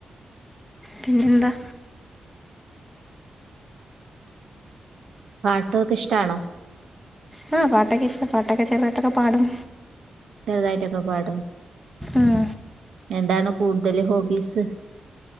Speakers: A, in the centre; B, on the right.
A: പിന്നെന്താ?
B: പാട്ടൊക്കെ ഇഷ്ടാണോ?
A: ആ പാട്ടൊക്ക ഇഷ്ടാ പാട്ടൊക്കെ ചെറുതായിട്ടാക്കെ പാടും.
B: ചെറുതായിട്ടൊക്കെ പാടും.
A: ആഹ.
B: എന്താണ് കൂടുതൽ ഹോബീസ്?